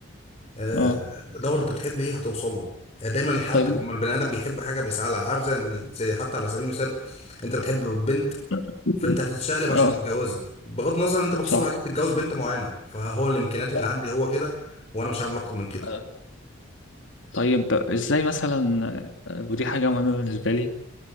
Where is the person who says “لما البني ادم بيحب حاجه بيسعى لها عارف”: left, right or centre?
Left